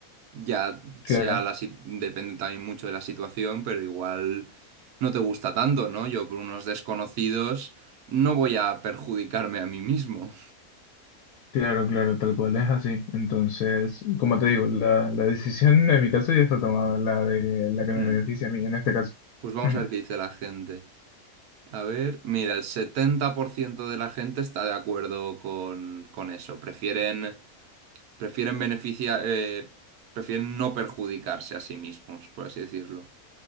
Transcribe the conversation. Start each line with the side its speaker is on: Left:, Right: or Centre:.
Right: Ya
Left: Claro,
Right: sea la, si- depende también mucho de la situación, pero igual no te gusta tanto, ¿no? Yo por unos desconocidos no voy a perjudicarme a mí mismo.
Left: claro, claro, tal cual es así. Entonces, como te digo, la, la decisión en mi caso ya está tomada, la de la que me
Right: Hmm.
Left: beneficia a mí en este caso.
Right: Pues vamos
Left: Ujú,
Right: a ver qué dice la gente. A ver, mira, el 70% de la gente está de acuerdo con, con eso. Prefieren, prefieren beneficiar, eh, prefieren no perjudicarse a sí mismos, por así decirlo.